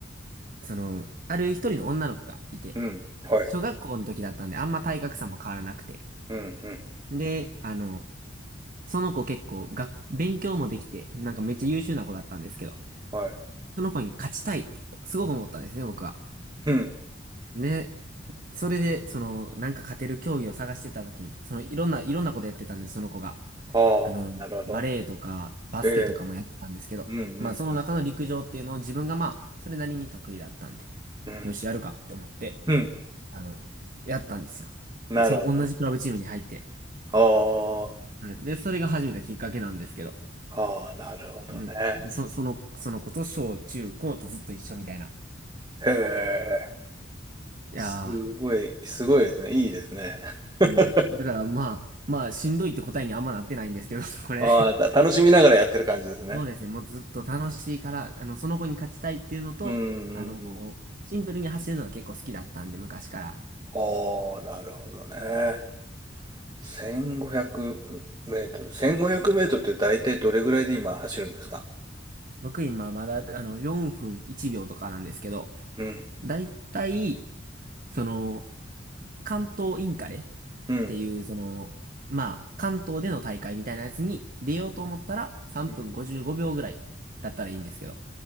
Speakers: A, on the right; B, on the right.
A: その、ある一人の女の子がいて、
B: うん。はい。
A: 小学校の時だったんで、あんま体格差も変わらなくて。
B: うん。うん。
A: で、あの、その子結構が、勉強もできて、なんかめっちゃ優秀な子だったんですけど、
B: はい。
A: その子に勝ちたいって、すごく思ったんですね、僕は。
B: うん。
A: で、それで、その、なんか勝てる競技を探してた時に、その、いろんな、いろんなことやってたんです、その子が。
B: ああ、
A: あの、
B: なるほど。
A: バレエとか、バスケとかもやってたんですけど、
B: ええ。うん。
A: まあ、
B: うん。
A: その中の陸上っていうのを自分がまあ、
B: うん。
A: それなりに得意だったんで、
B: うん。
A: よし、やるかって思って、
B: うん
A: あの、やったんですよ。
B: なるほど。
A: で、その同じクラブチームに入って、
B: あ
A: うんで、それが始めたきっかけなんですけど、
B: あ、ああ、なるほどね。
A: うん、そ、その、その子と小中高とずっと一緒みたいな。
B: へえ。
A: いや
B: すごい、すごいですね。いいですね。<laughs>
A: ー、うん。だからまあ、まあ、しんどいって答えにあんまなってないんですけど、<laughs> これ。
B: ああ、た楽しみながらやってる感じですね。
A: そうですね。もうずっと楽しいから、あの、その子に勝ちたいっていうのと、
B: うんうんうん。
A: あの、もう、シンプルに走るのが結構好きだったんで、昔から。
B: おー、なるほどね。1500メートル。1500メートルって大体どれぐらいで今走るんですか
A: 僕今まだ、あの、4分1秒とかなんですけど、
B: うん、
A: だいたい、その、関東インカレっ
B: うん。
A: ていう、その、まあ、関東での大会みたいなやつに出ようと思ったら3分55秒ぐらいだったらいいんですけど。
B: うん